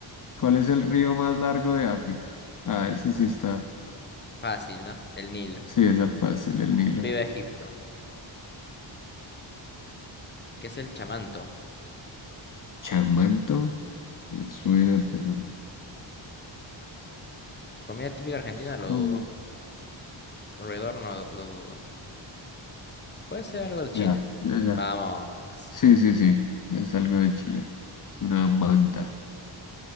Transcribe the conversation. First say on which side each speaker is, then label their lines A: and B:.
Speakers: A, on the left (about 45°); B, on the left (about 20°).
A: ¿Cuál es el río más largo de África? Ah, esa sí está.
B: fácil, ¿no? El Nilo.
A: Sí, esa fácil, el Nilo.
B: Viva Egipto. ¿Qué es el chamanto?
A: Chamanto, me suena, pero
B: Comida típica argentina,
A: es como.
B: lo dudo. Alrededor no lo dudo. ¿Puede ser algo de
A: Ya,
B: Chile?
A: ya, ya.
B: Vamos.
A: Sí, sí, sí, es algo de Chile. Es una manta.